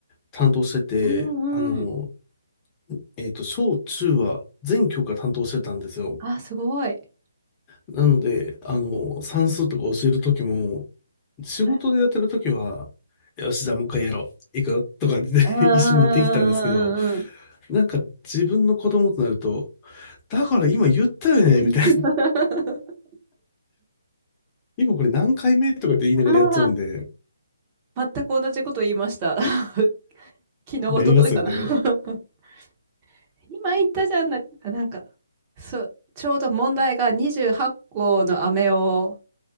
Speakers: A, on the left (about 20°); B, on the right (about 25°).
A: 担当して
B: うんうん。
A: て、あの、えっと、小中は全教科担当してたんですよ。
B: あ、すごい。
A: なので、あの、算数とか教えるときも、仕事でやってるときは、
B: はい。
A: よし、じゃあもう一回やろう。いくよとかで
B: うん
A: <laughs> 一緒にできたんですけど、
B: うんうんうんうんうん。
A: なんか自分の子供となると、だから今言ったよねみたいな。
B: <laughs>
A: <laughs> 今これ何回目とかって言いながらやっちゃうんで、
B: ああ、全く同じこと言いました。<laughs> 昨日、
A: やりますよね。
B: 一昨日かな。<laughs> 今言ったじゃんな、なんか、そう、ちょうど問題が28個の飴を